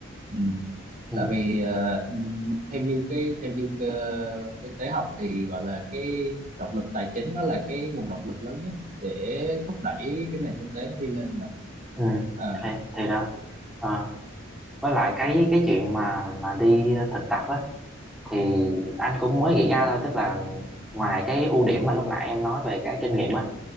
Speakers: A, on the right (about 40°); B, in the centre.
A: ừ.
B: ừ
A: tại vì ờ, ừ, theo như cái theo như cái, kinh tế học thì gọi là cái động lực tài chính nó là cái nguồn động lực lớn nhất để thúc đẩy cái nền kinh tế nó đi lên mà
B: ừ
A: à
B: thì, thì đó Ờ. với lại cái cái chuyện mà mà đi thực tập á thì anh cũng mới nghĩ ra thôi tức là ngoài cái ưu điểm mà lúc nãy em nói về cái kinh nghiệm á